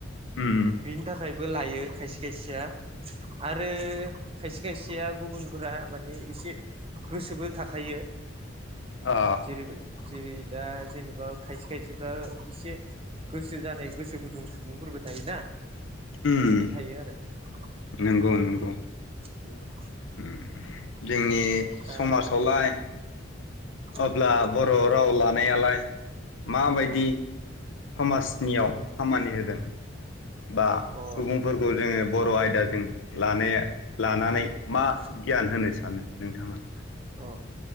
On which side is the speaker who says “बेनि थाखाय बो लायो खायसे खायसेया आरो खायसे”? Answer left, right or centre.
Right